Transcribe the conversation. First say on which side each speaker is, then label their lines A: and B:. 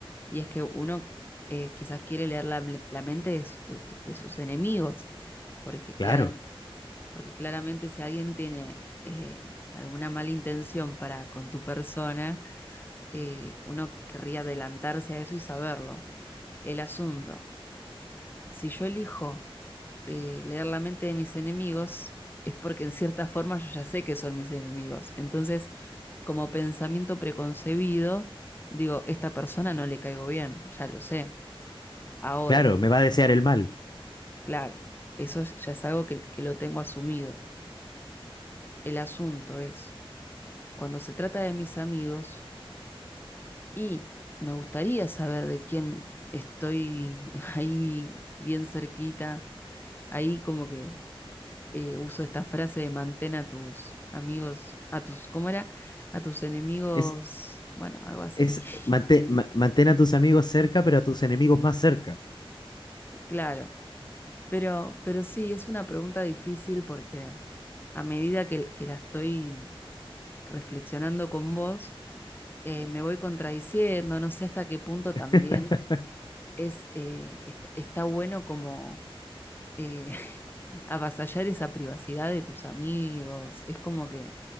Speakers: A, on the left; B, on the left.
A: y es que uno eh, quizás quiere leer la, la mente de, su- de tu- de sus enemigos, porque,
B: Claro,
A: clara- porque claramente si alguien tiene eh, alguna mala intención para con tu persona, eh, uno querría adelantarse a eso y saberlo. El asunto. si yo elijo eh, leer la mente de mis enemigos, es porque en cierta forma yo ya sé que son mis enemigos. Entonces, como pensamiento preconcebido, digo, esta persona no le caigo bien, ya lo sé. Ahora,
B: claro, me va a desear el mal.
A: claro, eso es- ya es algo que, que lo tengo asumido. El asunto es, cuando se trata de mis amigos y me gustaría saber de quién estoy <laughs> ahí bien cerquita, ahí como que eh, uso esta frase de mantén a tus amigos, a tus, ¿cómo era? A tus enemigos,
B: Es,
A: bueno, algo así,
B: es,
A: <laughs>
B: mantén, ma- mantén a tus amigos cerca, pero a tus enemigos más cerca.
A: claro. Pero, pero sí, es una pregunta difícil porque a medida que, que la estoy reflexionando con vos, eh, me voy contradiciendo, no sé hasta qué punto también
B: <laughs>
A: es, eh, est- está bueno como eh, <laughs> avasallar esa privacidad de tus amigos. Es como que